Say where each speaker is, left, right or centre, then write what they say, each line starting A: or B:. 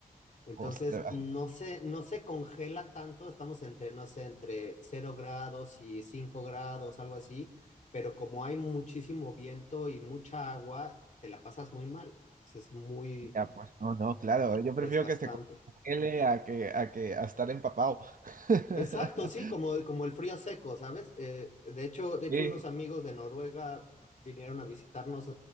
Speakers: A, on the left (about 55°); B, on the right (about 70°).
A: Entonces,
B: Hostia,
A: no se, no se congela tanto, estamos entre, no sé, entre cero grados y 5 grados, algo así, pero como hay muchísimo viento y mucha agua, te la pasas muy mal. Es muy
B: Ya, pues, no, no, claro, yo
A: desgastante.
B: prefiero que se congele a que, a que, a estar empapado. <laughs>
A: Exacto, sí, como, como el frío seco, ¿sabes? Eh, de hecho, de hecho,
B: Sí,
A: unos amigos de Noruega vinieron a visitarnos